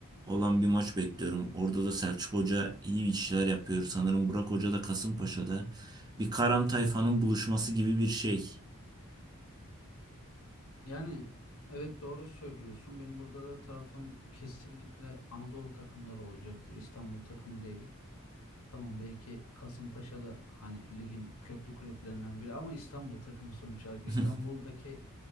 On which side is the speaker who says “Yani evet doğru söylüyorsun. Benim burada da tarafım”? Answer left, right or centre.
Left